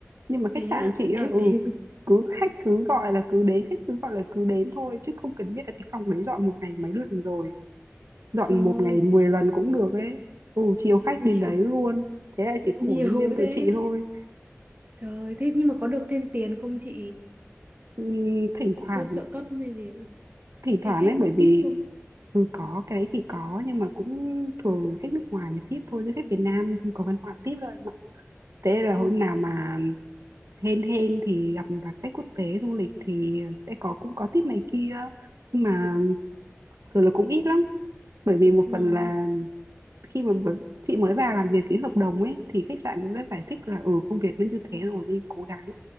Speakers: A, on the right; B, on the right.
A: nhưng mà
B: thế
A: khách sạn
B: à
A: chị
B: em
A: á, ừ
B: <laughs>
A: cứ khách cứ gọi là cứ đến khách cứ gọi là cứ đến thôi chứ không cần biết là cái phòng đấy dọn một ngày mấy lần rồi dọn
B: trời ơi,
A: một ngày 10 lần cũng được ấy ừ chiều khách
B: nhiều
A: đến đấy luôn thế là chỉ khổ
B: nhiều
A: nhân viên tụi
B: thế
A: chị thôi
B: trời ơi, thế nhưng mà có được thêm tiền không chị
A: Ừm, thỉnh thoảng
B: có trợ cấp hay gì
A: thỉnh
B: hay
A: thoảng
B: khách
A: ấy
B: có
A: bởi vì
B: tip không
A: Ừ, có cái đấy thì có nhưng mà cũng thường
B: ừ.
A: là khách nước ngoài mới tiếp thôi chứ khách Việt Nam không có văn hóa tiếp đâu em ạ thế nên là
B: Ừ.
A: hôm nào mà hên hên thì gặp các khách quốc tế du lịch thì sẽ có cũng có tiếp này kia nhưng mà thường là cũng ít lắm bởi vì một
B: Ngon.
A: phần là khi mà bớ- chị mới vào làm việc ký hợp đồng ấy thì khách sạn cũng đã giải thích là ừ công việc nó như thế rồi đi cố gắng